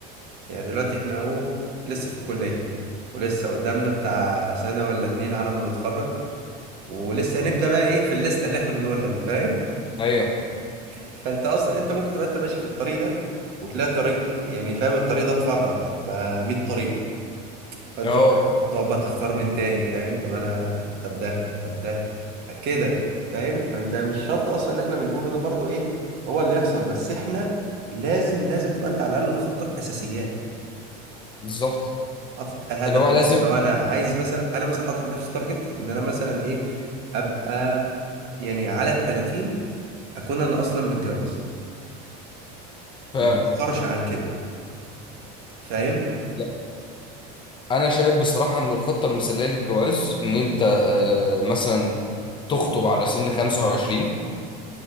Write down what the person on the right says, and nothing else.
يعني دلوقتي احنا اهو لسه في الكلية ولسه قدامنا بتاع سنة ولا اتنين على ما نتخرج ولسه نبدأ بقى ايه في الليستة اللي احنا بنقولها دي فاهم
فانت اصلا انت ممكن تبقى انت ماشي في الطريق ده وتلاقي طريق يعني فاهم الطريق ده اتفرع بقى بقى 100 طريق فانت
تقعد بقى تختار من تاني فاهم طب انا طب ده طب ده كده فاهم فانت مش شرط اصلا اللي احنا بنقوله ده برضو ايه هو اللي يحصل بس احنا لازم لازم تبقى انت على الاقل مخطط اساسيات
حاطط هدف
مثلا
لو انا عايز مثلا انا مثلا حاطط لنفسي تارجت ان انا مثلا ايه ابقى يعني على ال 30 اكون انا اصلا متجوز
ما اتاخرش عن كده فاهم